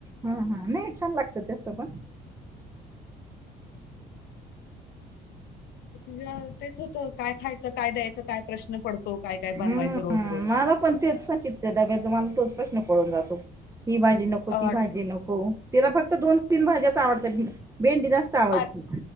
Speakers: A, on the right; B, on the left.
A: हा हा नाही छान लागत त्यासं पण.
B: त तेच होतं काय खायचं काय द्यायचं काय प्रश्न पडतो. काय काय बनवायचं
A: हम्म
B: रोज रोज
A: मला पण तेचचितत डब्याचा मला तोच प्रश्न पळून जातो ही भाजी नको
B: अं,
A: ती भाजी नको तिला फक्त दोन तीन भाज्याच आवडतात. भेंडी जास्त आवडती
B: अर